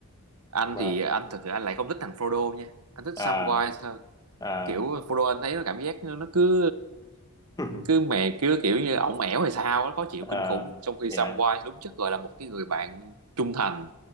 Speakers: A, on the right; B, on the left.
A: anh
B: mà
A: thì anh thực sự anh lại không thích thằng Frodo nha anh thích
B: à
A: Samwise hơn
B: à
A: kiểu Frodo anh thấy nó cảm giác nó nó cứ
B: <laughs>
A: cứ mè cứ kiểu như ổng ẻo hay sao á khó chịu
B: Ờ,
A: kinh khủng trong khi
B: dạ
A: Samwise đúng chất gọi là một cái người bạn trung thành